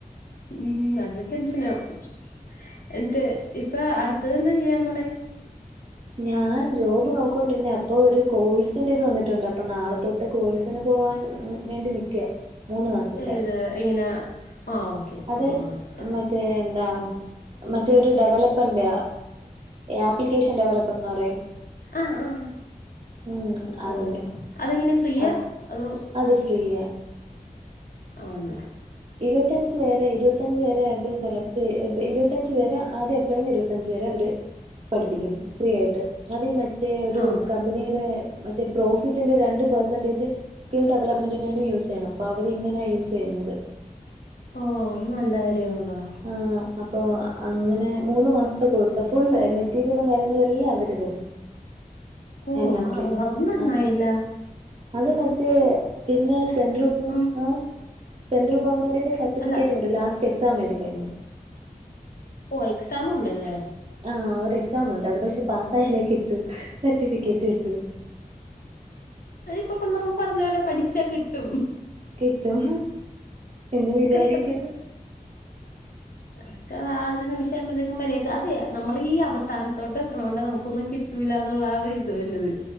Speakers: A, on the left; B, on the right.
A: ഉം നല്ല ടെൻഷനാവും. എന്ന്ട്ട് ഇപ്പ അട്ത്തത്തെന്താ ചെയ്യാ പോണെ?
B: ഞാൻ ജോബ് നോക്കോണ്ട്രിര്ന്ന അപ്പൊ ഒരു കോഴ്സിന്റെത് വന്ന്ട്ട്ണ്ട് അപ്പ നാളെത്തെ ട്ട് കോഴ്സിന് പോവാൻ വേണ്ടി നിക്ക. മൂന്ന് മാസത്തെ
A: ഏത് ഇങ്ങനാ ആഹ് ഓക്കെ
B: അത്
A: മൂന്ന് മാസത്തെ
B: മറ്റേ എന്താ മറ്റേരു ഡെവലപ്പന്റ ആപ്ലിക്കേഷൻ ഡെവലപ്പെന്ന് പറയും
A: ആഹ് ആഹ്
B: ഉം
A: ഓ
B: അതിന്റെ
A: അതെങ്ങനെ ഫ്രീയാ
B: അ
A: അതോ
B: അത് ഫ്രീയാ
A: ആന്ന്
B: ഇരുവത്തഞ്ച് വേറേ ഇരുവ ഇരുവത്തഞ്ച് പേരെ അവടെ സെലക്ട് എബ് ഇരുവത്തഞ്ച്‌ പേരെ ആദ്യ അപ്ലൈന്ന് ഇരുവത്തഞ്ച് പേരെ അവര് പഠിപ്പിക്കും ഫ്രീയായിട്ട് അത് മറ്റേ ഒരു
A: ആഹ്
B: കമ്പനീടെ മറ്റേ പ്രോഫിറ്റിന്റെ രണ്ട് പെർസെന്റേജ് സ്കിൽ ഡെവലപ്മെന്റിന് വേണ്ടി യൂസെയ്യണം അപ്പ അവരിങ്ങനാ യൂസെയ്യുന്നത്.
A: ഓ അത് നല്ല കാര്യാണല്ലോ.
B: ആഹ് അപ്പൊ അങ്ങനെ മൂന്ന് മാസത്തെ കോഴ്സാ ഫുൾ മെറ്റീരിയലും കാര്യങ്ങളും എല്ലാം അവര് തരും <inaudible>
A: ക്കൂ
B: എല്ലാം ഫ്രീ
A: ആഹ് അതു നന്നായില്ലാ
B: ആ അത് മറ്റേ പിന്നെ സെൻട്രൽ ഗവൺമെൻ്റിൻ്റാ
A: ഉം
B: സെൻട്രൽ ഗവൺമെന്റിന്റെ സർട്ടിഫിക്കറ്റ്
A: അല്ല
B: കിട്ടു ലാസ്റ്റ് എക്സാംമെഴ്തി കഴിഞ്ഞ.
A: ഓഹ് എക്സാമ്ണ്ടല്ലേ.
B: ആഹ് ഒരെക്സാമുണ്ട് അത് പക്ഷെ പാ സായാലേ കിട്ടു സർട്ടിഫിക്കറ്റ് കിട്ടു
A: ഇതൊക്കെ നമ്മ് പർഞ്ഞ പോലെ പഠിച്ചാ കിട്ടും.
B: കിട്ടും എന്ന് വിചാരിക്കുന്നു.
A: ഒക്കെ ഒക്കാ ഒരു നിമിഷം ആവുമ്പഴത്തേക്കും മര്യായിക്ക് അതെ നമ്മളീ അവസാനതൊട്ട് വെക്ക്ണോണ്ട നമുക്കൊന്നും കി ട്ടൂല്ലന്നുള്ള ആ ഒര് ഇത് വെര്ന്നത്.